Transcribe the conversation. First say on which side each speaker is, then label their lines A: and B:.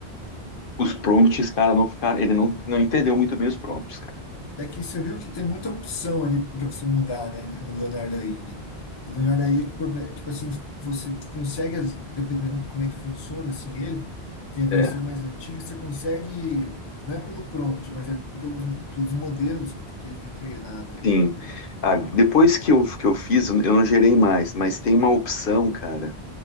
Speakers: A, on the left; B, on the left.
A: os prompts, cara, não ficaram, ele não, não entendeu muito bem os prompts, cara.
B: É que você viu que tem muita opção ali para você mudar, né? No Leonardo aí, né? O Leonardo aí, o problema- tipo assim, você consegue, as- dependendo de como é que funciona, assim, ele tem a versão
A: É,
B: mais antiga, você consegue, não é pelo prompt, mas é pelos, pelos modelos que que ele tem treinado ali,
A: sim.
B: entendeu?
A: Ah, depois que eu, que eu fiz, eu não gerei mais, mas tem uma opção, cara,